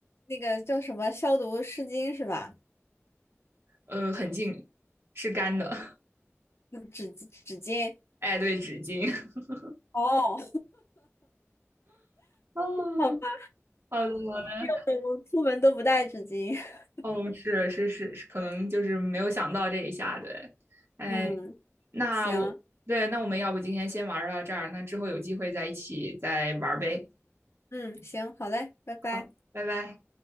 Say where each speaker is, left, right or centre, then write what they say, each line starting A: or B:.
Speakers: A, on the left; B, on the right.
A: 那个叫什么消毒湿巾是吧？
B: 呃，很近是干的，
A: 嗯纸纸巾。
B: <laughs> 哎，对，纸巾。<laughs>
A: 哦，
B: 哦，
A: 好吧，
B: 好的，
A: <laughs> 我出门都不带纸巾。<laughs>
B: 哦，是是是，是可能就是没有想到这一下，对，哎，
A: 嗯，
B: 那我，
A: 行，
B: 对，那我们要不今天先玩儿到这儿，那之后有机会再一起再玩儿呗。
A: 嗯，行，好嘞，拜拜。
B: 好，拜拜。